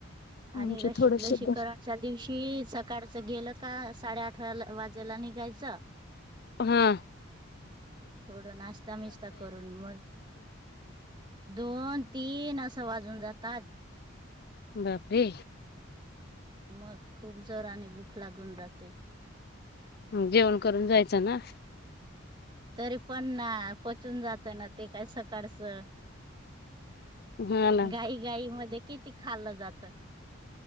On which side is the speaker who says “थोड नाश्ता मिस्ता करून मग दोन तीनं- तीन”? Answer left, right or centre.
Right